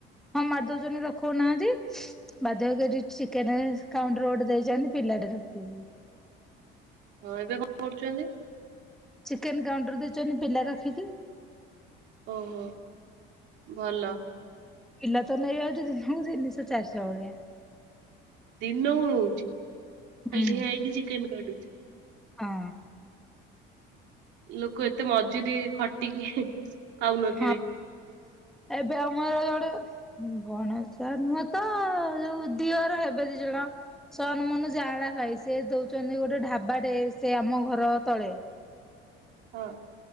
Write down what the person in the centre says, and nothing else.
ହଁ ମାରିଦଉଚନ୍ତି ରଖଉନାହାନ୍ତି ବାଧ୍ୟ ହେଇକି ଏଠି ଚିକେନ କାଉଣ୍ଟର ଗୋଟେ ଦେଇଚନ୍ତି ପିଲାଟେ ରଖିକି।
ଚିକେନ କାଉଣ୍ଟର ଦେଇଛନି ପିଲା ରଖିକି।
ପିଲା ତ ନେଇଯାଉଛି ଦିନକୁ ତିନିଶହ ଚାରିଶହ ଭଳିଆ।
ହୁଁ
ହଁ।
ହଁ ଏବେ ଆମର ଜଣେ ଭଣଜା ନୁହଁ ତ ଯୋଉ ଦିଅର ହେବେ ଦି ଜଣ ସନମୁନୁ ଜାଆଁଳା ଭାଇ ସେ ଦଉଛନ୍ତି ଗୋଟେ ଢାବାଟେ ସେ ଆମ ଘର ତଳେ।